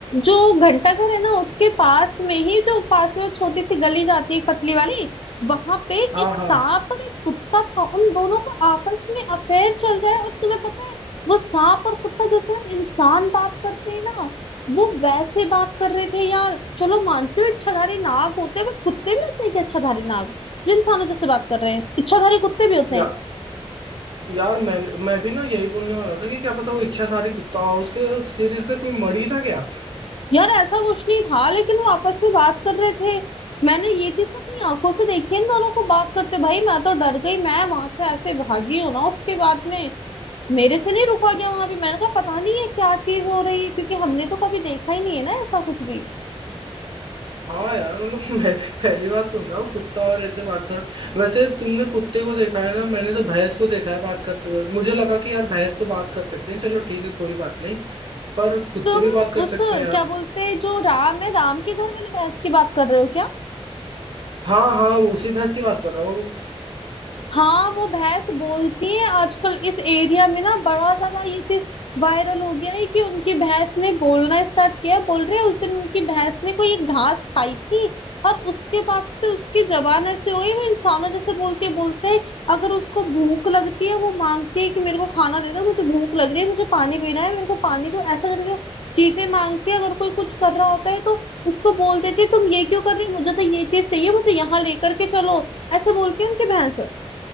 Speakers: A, on the left (about 55°); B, on the right (about 50°).
A: जो घंटा घर है ना उसके पास में ही जो पास में छोटी सी गली जाती है एक पतली वाली वहां पे
B: हाँ
A: एक सांप
B: हाँ
A: और एक कुत्ता था उन दोनों का आपस में अफेयर चल रहा है और तुम्हें पता है वो सांप और कुत्ता जैसे हम इंसान बात करते हैं ना वो वैसे बात कर रहे थे यार चलो मानती हूँ इच्छाधारी नाग होते हैं बट कुत्ते भी होते हैं कि इच्छाधारी नाग जिन इंसानों जैसे बात कर रहे हैं इच्छाधारी कुत्ते भी होते
B: या,
A: हैं
B: यार मैं मैं भी ना यही बोलने वाला था कि क्या पता वो इच्छाधारी कुत्ता हो उसके शरीर पे कोई मड़ी था क्या
A: यार ऐसा कुछ नहीं था लेकिन वो आपस में बात कर रहे थे मैंने ये चीज तो अपनी आंखों से देखी है इन दोनों को बात करते भाई मैं तो डर गई मैं वहां से ऐसे भागी हूँ ना उसके बाद में मेरे से नहीं रुका गया वहां भी मैंने कहा पता नहीं ये क्या चीज हो रही है क्योंकि हमने तो कभी देखा ही नहीं है ना ऐसा कुछ भी
B: हाँ यार मतलब <laughs> मैं भी पहली बार सुन रहा हूँ कुत्ता और ऐसे बात कर वैसे तुमने कुत्ते को देखा है ना मैंने तो भैंस को देखा है बात करते हुए मुझे लगा कि यार भैंस तो बात कर सकते हैं चलो ठीक है कोई बात नहीं पर कुत्ते
A: तुम
B: भी बात कर
A: उस
B: सकते
A: क्या
B: हैं यार
A: बोलते हैं, जो राम है राम के घर वाली भैंस की बात कर रहे हो क्या
B: हाँ हाँ वो उसी भैंस की बात कर रहा हूँ
A: हाँ वो भैंस बोलती है आजकल इस एरिया में ना बड़ा ज्यादा ये चीज वायरल हो गया है कि उनकी भैंस ने बोलना स्टार्ट किया बोल रहे हैं उस दिन उनकी भैंस ने कोई एक घास खाई थी और उसके बाद से उसकी जबान ऐसे हो गई वो इंसानों जैसे बोलते बोलते है, अगर उसको भूख लगती है वो मांगती है कि मेरे को खाना दे दो मुझे भूख लग रही है मुझे पानी पीना है मेरे को पानी दो ऐसा करके वो चीजें मांगती है अगर कोई कुछ कर रहा होता है तो उसको बोल देती है तुम ये क्यों कर रही हो मुझे तो ये चीज चाहिए मुझे यहाँ लेकर के चलो ऐसे बोलती है उनकी भैंस